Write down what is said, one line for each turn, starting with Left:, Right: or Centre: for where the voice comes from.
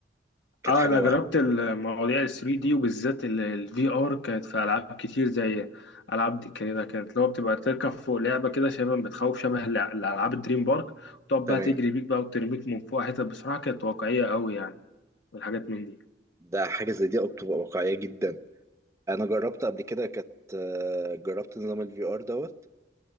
Left: اه
Right: كانت حاجة
Left: انا
Right: وهم
Left: جربت المواضيع ال 3 دي وبالذات الفي ار كانت في العاب كتير زي العاب دي كده كانت اللي هو بتبقى تركب فوق لعبه كده شبه بتخوف شبه الع- الالعاب الدريم بارك وتقعد
Right: تمام
Left: بقى تجري بيك بقى وترميك من فوق حتت بصراحه كانت واقعيه قوي يعني والحاجات من دي
Right: ده حاجة زي دي بتبقى واقعية جدا انا جربت قبل كده كانت آه، جربت نظام الفي ار دوت